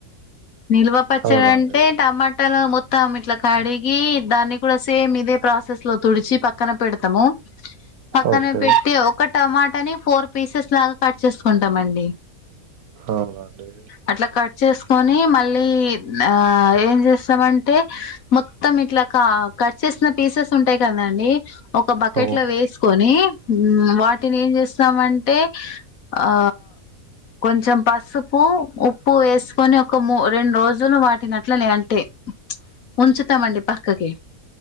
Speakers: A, on the left; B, on the right.
A: నిల్వ పచ్చడ
B: అవునండి
A: అంటే టమాటాలు మొత్తం ఇట్లా. కడిగి దాన్ని కూడా సేమ్ ఇదే ప్రాసెస్ లో. తుడిచి పక్కన పెడతాము పక్కన
B: ఓకే
A: పెట్టి ఒక టమాటాని ఫోర్ పీసెస్ లాగా కట్ చేసుకుంటామండి
B: అవునండి
A: అట్లా కట్ చేసుకొని మళ్ళీ ఆ ఏం చేస్తామంటే, మొత్తం ఇట్లా కట్ చేసిన పీసు. ఉంటాయి కదాండి. ఒక బకెట్
B: అవును
A: లో వేసుకొని వాటిని ఏం చేస్. స్తామంటే ఆ కొంచెం పసుపు ఉప్పు వేసుకొని ఒక ము రెండు రోజులు. జును వాటినట్లనే అంటే. ఉంచుతామండి పక్కకి.